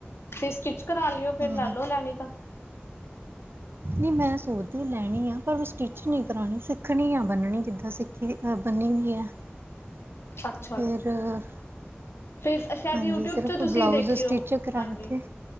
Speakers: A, on the left; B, on the right.
A: ਤੇ ਸਟਿਚ ਕਰਾ ਲਿਓ ਫੇਰ
B: ਹਮ
A: ਲੈ
B: ਹਮ
A: ਲੋ ਲੈਣੀ ਤਾਂ
B: ਨੀ ਮੈਂ ਸੋਚਦੀ ਲੈਣੀ ਆ, ਪਰ ਉਹ ਸਟਿਚ ਨਹੀਂ ਕਰਾਣੀ ਸਿੱਖਣੀ ਆ ਬੰਨਣੀ ਕਿੱਦਾਂ ਸੀ। <unintelligible>
A: <inaudible>
B: <unintelligible>
A: ਫਿਰ ਸ਼ਾਇਦ
B: ਹਾਂਜੀ,
A: ਯੂਟਿਊਬ
B: ਸਿਰਫ਼
A: 'ਚ ਤੁਸੀਂ
B: ਬਲਾਉਜ਼
A: ਦੇਖਿਓ
B: ਸਟਿਚ ਕਰਾ
A: ਹਾਂਜੀ
B: ਕੇ